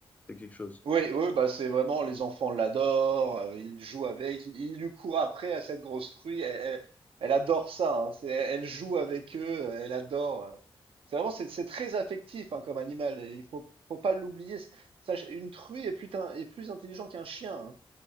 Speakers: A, on the left; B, on the right.
A: c'est quelque chose.
B: Oui, oui, bah c'est vraiment les enfants l'adorent, euh, ils jouent avec, ils, ils lui courent après à cette grosse truie, elle, elle- elle adore ça, hein, c'est, elle joue avec eux, elle adore. euh. C'est vraiment, c'est c'est très affectif hein, comme animal, et il faut, faut pas l'oublier. Sach- Une truie est plus, tin- est plus intelligent qu'un chien. hein.